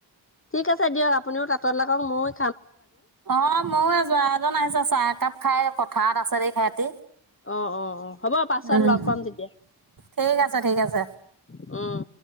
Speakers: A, on the left; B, on the right.
A: ঠিক আছে দিয়ক আপুনিও তাঁতত লাগক মইও
B: অহ ময়ো, এই যোৱা এজন আহিছে চাহ একাপ খাই পথাৰত আছে যে সিহঁতি
A: অ অ অ হ'ব পাছত
B: উম
A: লগ পাম তেতিয়া
B: ঠিক আছে ঠিক আছে।
A: অহ।